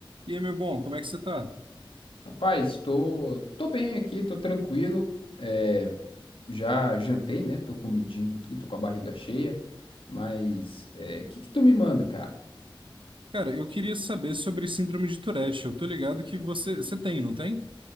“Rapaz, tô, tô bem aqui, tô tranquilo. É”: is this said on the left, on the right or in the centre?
Left